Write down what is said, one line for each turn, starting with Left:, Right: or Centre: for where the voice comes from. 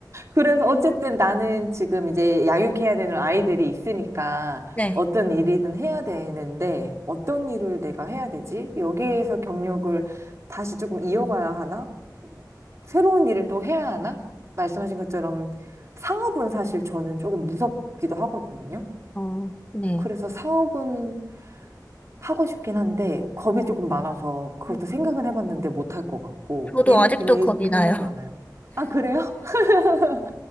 Right: 그래서 어쨌든 나는 지금 이제 양육해야 되는 아이들이 있으니까
Left: 네.
Right: 어떤 일이든 해야 되는데 어떤 일을 내가 해야 되지? 여기에서 경력을 다시 조금 이어가야 하나? 뭐, 새로운 일을 또 해야 하나? 말씀하신 것처럼 사업은 사실 저는 조금 무섭기도 하거든요.
Left: 어, 네.
Right: 그래서 사업은 하고 싶긴 한데 겁이 조금 많아서 그것도
Left: 음,
Right: 생각은 해봤는데 못할 것 같고
Left: 저도
Right: 이런
Left: 아직도
Right: 고민이
Left: 겁이
Right: 굉장히
Left: 나요. <laughs>
Right: 많아요. 아, 그래요? <laughs>